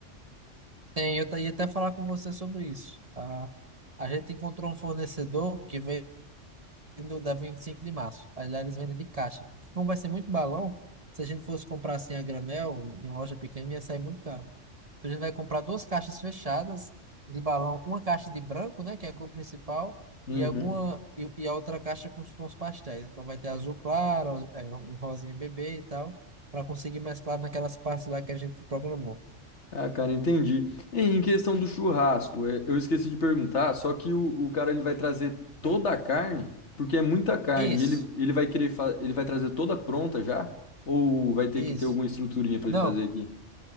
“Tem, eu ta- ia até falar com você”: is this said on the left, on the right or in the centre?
Right